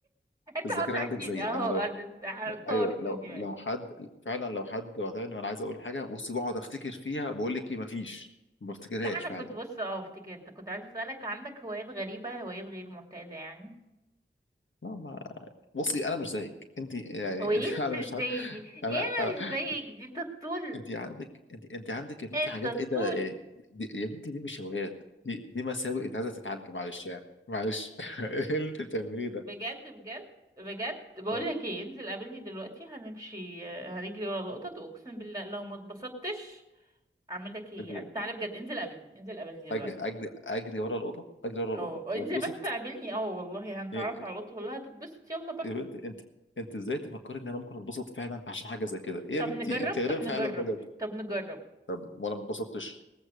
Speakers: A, on the right (about 20°); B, on the left (about 70°).
A: انت
B: الذاكره
A: قاطعتني
B: عندك زيي
A: اهو
B: انا لو
A: أد- طارت
B: ايوه لو
A: من دماغي
B: لو حد فعلا لو حد قاطعني وانا عايز اقول حاجه بص بقعد افتكر فيها بقول لك ايه مفيش ما بفتكرهاش
A: لا انا
B: فعلا
A: كنت بص اه افتكرت كنت عايزه اسالك عندك هوايات غريبه هوايات غير معتاده يعني
B: لا ما بصي انا مش زيك انت يعني
A: هو ايه اللي
B: <laughs> انا
A: انت
B: مش
A: مش
B: عارف
A: زيي دي
B: انا
A: ايه انا
B: انا
A: مش زيك دي انت الطول
B: انت عندك انت انت عندك يا بنتي
A: انت
B: حاجات
A: الطول
B: ايه ده يعني دي يا بنتي دي مش هوايات دي دي مساوئ انت عايزه تتعالجي معلش يعني معلش <laughs> ايه اللي انت بتعمليه ده
A: بجد بجد بجد بقول
B: آه،
A: لك ايه انزل قابلني دلوقتي هنمشي هنجري ورا القطط واقسم بالله لو ما اتبسطتش اعمل لك ايه
B: اجري
A: يعني تعالى بجد انزل قابلني انزل قابلني
B: اجري
A: دلوقتي
B: اجري اجري ورا القطط اجري ورا
A: اه
B: القطط
A: انزل
B: واتبسط
A: بس قابلني اه والله هنتعرف
B: يا
A: على القطط والله هتتبسط يلا بقى
B: يا بنتي انت انت ازاي تفكري ان انا ممكن اتبسط فعلا عشان حاجه زي كده إيه يا
A: طب
B: بنتي
A: نجرب
B: انت غريبه
A: طب نجرب
B: فعلا بجد
A: طب نجرب
B: طب ولا ما اتبسطتش